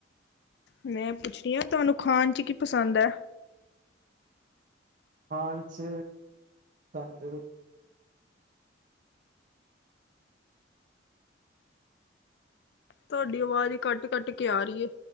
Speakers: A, on the left; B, on the right.
A: ਮੈਂ ਪੁੱਛਨੀ ਆ ਤੁਆਨੂੰ ਖਾਣ ਚ ਕੀ ਪਸੰਦ ਐ।
B: ਖਾਨ ਚ <unintelligible>
A: ਤਵੈਡੀ ਆਵਾਜ਼ ਕੱਟ ਕੱਟ ਕੇ ਆ ਰੀ ਏ।